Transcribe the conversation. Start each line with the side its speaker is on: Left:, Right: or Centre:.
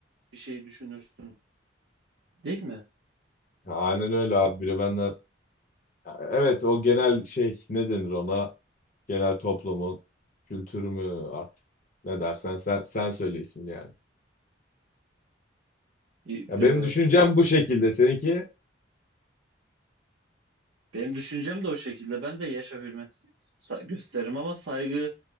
Right: bir şey düşünürsün değil mi?
Left: Ya Aynen öyle abi. Biri benden Evet o genel şey ne denir ona? Genel toplumu, kültürü mü artık ne dersen sen sen söyle ismini yani.
Right: E,
Left: Ya
Right: e,
Left: benim düşüncem bu şekilde. Seninki?
Right: benim düşüncem de o şekilde ben de yaşa hürmet sa- gösteririm ama saygı